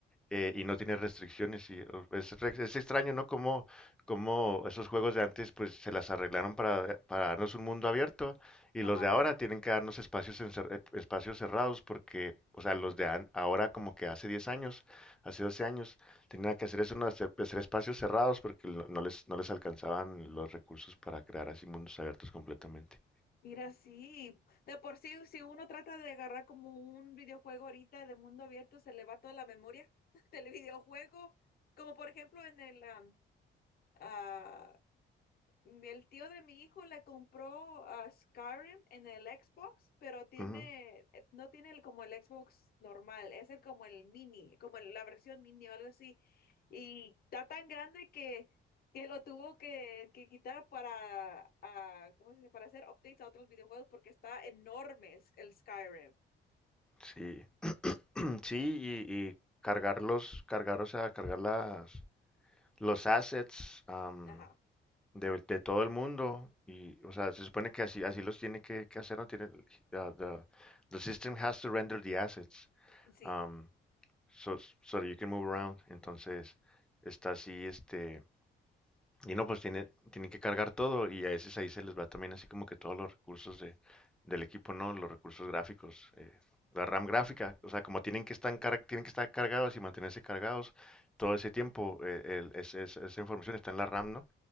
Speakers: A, in the centre; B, on the left.
A: eh, y no tiene restricciones y o- es, re- es extraño, ¿no? Como, como esos juegos de antes pues se las arreglaron para, para darnos un mundo abierto y
B: ajá.
A: los de ahora tienen que darnos espacios, encer- eh, espacios cerrados porque, o sea, los de an- ahora como que hace 10 años, hace 12 años, tenían que hacer eso, ¿no? hacer, hacer espacios cerrados porque no, no les, no les alcanzaban los recursos para crear así mundos abiertos completamente.
B: Mira, sí, de por sí, si uno trata de agarrar como un videojuego ahorita de mundo abierto, se le va toda la memoria <laughs> del videojuego. Como por ejemplo en el, am, ah, El tío de mi hijo le compró a Skyrim en el Xbox, pero tiene,
A: Ujú,
B: eh, no tiene el, como el Xbox normal, es el como el mini, como el- la versión mini o algo así. Y está tan grande que, que lo tuvo que, que quitar para, ah, ¿cómo se dice? Para hacer updates a otros videojuegos porque está enorme es- el Skyrim.
A: Sí, <clears throat> sí, y, y cargarlos, cargar, o sea, cargar las, los assets am,
B: Ajá,
A: de, de todo el mundo y, o sea, se supone que así, así los tiene que, que hacer, no tiene, uh, the, the system has to render the assets
B: sí,
A: um, so, so that you can move around. Entonces, está así, este, y no, pues tiene, tienen que cargar todo y a veces ahí se les va también así como que todos los recursos de, del equipo, ¿no? Los recursos gráficos, eh, la RAM gráfica, o sea, como tienen que estar, car- tienen que estar cargados y mantenerse cargados
B: sí.
A: todo ese tiempo, eh, el- es- es- esa información está en la RAM, ¿no?